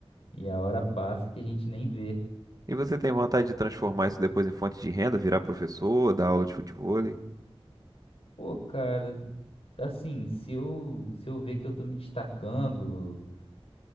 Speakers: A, on the left; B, on the right.
A: e a hora passa que a gente nem vê.
B: E você tem vontade de transformar isso depois em fonte de renda, virar professor, dar aula de futebol?
A: Pô, cara, assim, se eu, se eu ver que eu tô me destacando.